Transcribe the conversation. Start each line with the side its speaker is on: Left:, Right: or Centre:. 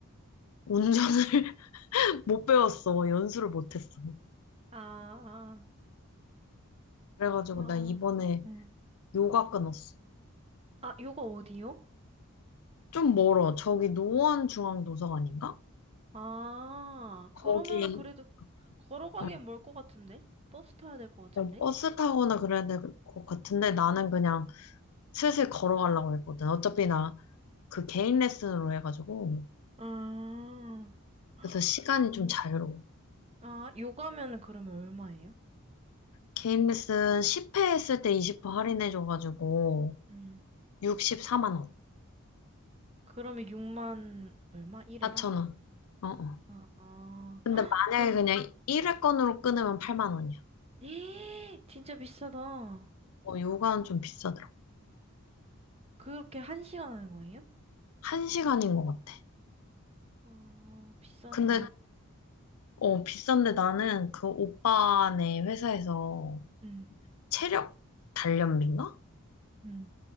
Left: 운전을 <laughs> 못 배웠어. 연수를 못 했어.
Right: 아, 아,
Left: 그래가지고
Right: 아,
Left: 나 이번에
Right: 응.
Left: 요가 끊었어.
Right: 아, 요거 어디요?
Left: 좀 멀어. 저기 노원중앙도서관인가?
Right: 아,
Left: 거기
Right: 그러면은 그래도 걸어가기엔
Left: 응,
Right: 멀 것 같은데? 버스 타야 될 것 같은데?
Left: 어, 버스 타거나 그래야 될 것 같은데 나는 그냥 슬슬 걸어가려고 했거든. 어차피 나 그 개인 레슨으로 해가지고
Right: 아, <gasps>
Left: 그래서 시간이 좀
Right: 요,
Left: 자유로워.
Right: 아, 요가면은 그러면 얼마예요?
Left: 개인 레슨 10회 했을 때 20% 할인해줘가지고
Right: 음,
Left: 64만 원,
Right: 그러면 6만 얼마? 1회당?
Left: 4천 원. 어, 어.
Right: 아, 아,
Left: 근데
Right: <gasps>
Left: 만약에
Right: 헉, 그럼,
Left: 그냥 1회권으로 끊으면 8만 원이야.
Right: 에이, 진짜 비싸다.
Left: 어, 요가는 좀 비싸더라.
Right: 그렇게 한 시간 하는 거예요?
Left: 한 시간인 것 같아.
Right: 어, 비싸다.
Left: 근데 어, 비싼데 나는 그 오빠네 회사에서
Right: 음,
Left: 체력 단련비인가?
Right: 음,